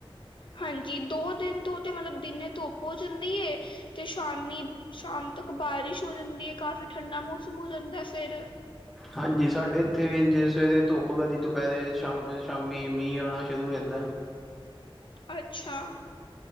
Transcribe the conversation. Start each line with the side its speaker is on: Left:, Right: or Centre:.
Left: ਹਾਂਜੀ, ਦੋ ਦਿਨ ਤੋਂ ਤੇ ਮਤਲਬ ਦਿਨੇ ਧੁੱਪ ਔ ਜਾਂਦੀ ਐ ਤੇ ਸ਼ਾਮੀ, ਸ਼ਾਮ ਤੱਕ ਬਾਰਿਸ਼ ਹੋ ਜਾਂਦੀ ਹੈ ਕਾਫ਼ੀ ਠੰਡਾ ਮੌਸਮ ਹੋ ਜਾਂਦੈ ਫਿਰ।
Centre: ਹਾਂਜੀ, ਸਾਡੇ ਇੱਥੇ ਵੀੰ ਜੇਂ ਸਵੇਰੇ ਧੁੱਪ ਕਦੀ ਦੁਪਐਰੇ, ਸ਼ਾਮ ਬ ਸ਼ਾਮੀ ਮੀਂਅ ਆਣਾ ਸ਼ੁਰੂ ਹੋ ਜਾਂਦੈ।
Left: ਅੱਛਾ।